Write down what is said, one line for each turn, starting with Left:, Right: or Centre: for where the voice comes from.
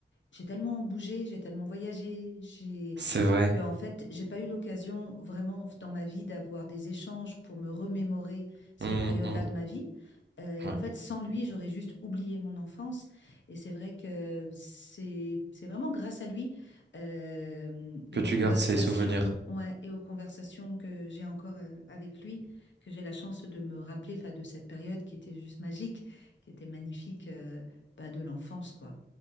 Left: j'ai tellement bougé, j'ai tellement voyagé, j'ai
Right: C'est vrai.
Left: que en fait, j'ai pas eu l'occasion vraiment dans ma vie d'avoir des échanges pour me remémorer cette
Right: Hum,
Left: période-là
Right: hum,
Left: de ma vie. Euh, et
Right: ouais.
Left: en fait, sans lui, j'aurais juste oublié mon enfance. Et c'est vrai que c'est c'est vraiment grâce à lui euh,
Right: Que
Left: et
Right: tu
Left: aux conversations
Right: gardes ces souvenirs.
Left: ouais, et aux conversations que j'ai encore euh, avec lui que j'ai la chance de me rappeler 'fin, de cette période qui était juste magique, qui était magnifique euh, bah, de l'enfance, quoi.